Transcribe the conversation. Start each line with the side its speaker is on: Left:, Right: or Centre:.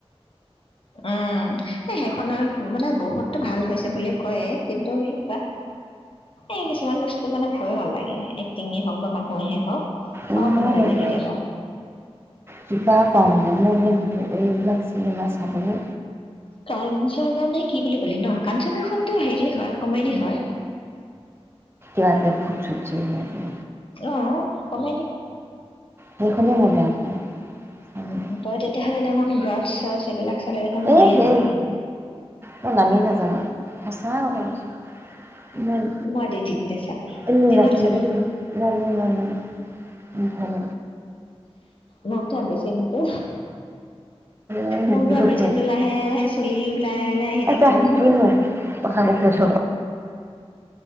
Left: উম এ সেইখনৰ মানে বহুতো ভাল হৈছে বুলি কয় কিন্তু এই কিবা এই কিছুমান বস্তু মানে ভাল নালাগে এক্টিঙয় হওক বা মানুহহে হওক
Right: মই
Left: চাও মন
Right: মানে
Left: নাযায় কেতিয়াবা
Right: কিবা পাওঁ মানে মোৰ মান এইবিলাক চিনেমা চাবলৈ
Left: কাঞ্চন নে কি বুলি কলি ন কাঞ্চন খটো হেৰি হয় কমেডি হয়
Right: লাগে ফুট চুটি লাগে
Left: অ কম
Right: সেইখনেই মই বেয়া পাওঁ চাবলৈ।
Left: ক তই তেয়াহ'লে দেখোন গ্ৰাছ চাছ এইবিলাক চালে দেখোন মৰিয়ে
Right: এই সেই
Left: যাবি
Right: মই নামেই নাজানো সঁচা কথা কৈছোঁ। মোৰ
Left: মই দি দিম দে চাবি
Right: নাচনীদিকে
Left: দিনত চাবি
Right: না না না না না ভাল
Left: মনঠ বেচি ন উ
Right: লাগে
Left: মোক
Right: বহুত
Left: ধৰা বেচিনতো
Right: ভাল
Left: লাহে লাহে চুলি লাই লাই আহি থাকিব
Right: আচ্ছা কিনো কথা কৈ থ